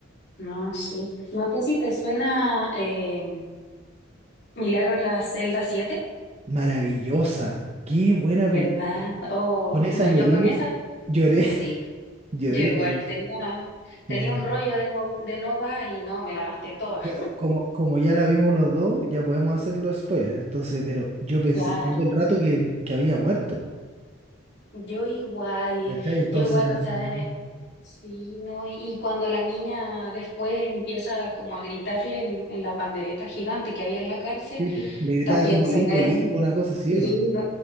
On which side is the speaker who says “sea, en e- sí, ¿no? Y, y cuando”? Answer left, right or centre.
Left